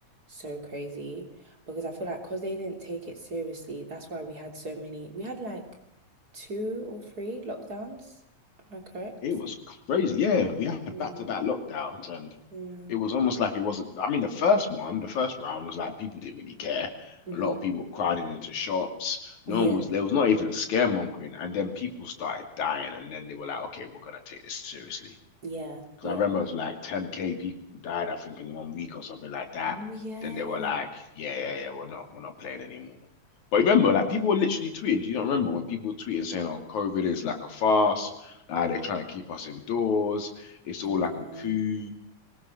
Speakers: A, on the right; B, on the left.
A: so crazy because I feel like because they didn't take it seriously, that's why we had so many, we had like two or three lockdowns. Am I correct?
B: It was crazy. Yeah, we had
A: Yeah.
B: back-to-back lockdowns and
A: Yeah.
B: it was almost like it wasn't. I mean, the first one, the first round was like people didn't really care.
A: Mm-hmm.
B: A lot of people crowding into shops.
A: <laughs>
B: No
A: Yeah.
B: one was, there was not even scaremongering. And then people started dying. And then they were like, okay, we're gonna take this seriously.
A: Yeah,
B: Because
A: yeah,
B: I remember it was like 10K people died, I think, in one week or something like that.
A: Oh yeah.
B: Then they were like, yeah, yeah, yeah, we're not we're not playing anymore. But remember, like people were literally tweeting. Do you not remember when people were tweeting saying, oh, COVID is like a farce, uh, they're trying to keep us indoors, it's
A: yeah.
B: all like a coup.